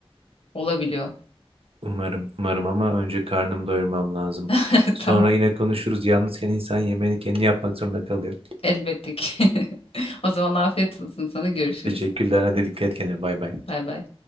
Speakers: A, on the left (about 70°); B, on the right (about 65°).
A: olabiliyor.
B: umarım umarım ama önce karnımı doyurmam lazım.
A: <laughs>
B: Sonra
A: Tamam.
B: yine konuşuruz. Yalnızken insan yemeğini kendi yapmak zorunda kalıyor.
A: Elbette ki. <laughs> O zaman afiyet olsun sana görüşürüz.
B: Teşekkürler. Hadi dikkat et kendine. Bay bay.
A: Bay bay.